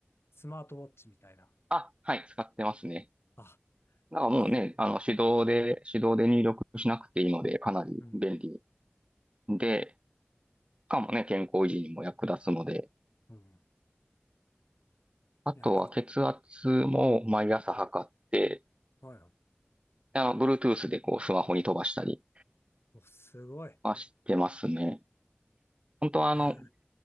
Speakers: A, on the left; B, on the right.
A: スマートウォッチみたいな。
B: あ、はい、使ってますね。
A: あ、
B: だからもうね、
A: ぜひ、
B: あの、手動で、手動で入力しなくていいので、かなり便利
A: うん、
B: で、しかもね、健康維持にも役立つので、
A: うん。
B: あとは血圧も毎朝測って、
A: いや、じ、はいはい。
B: あの、Bluetooth でこうスマホに飛ばしたり
A: お、すごい。え
B: はしてますね。本当はあの、
A: ー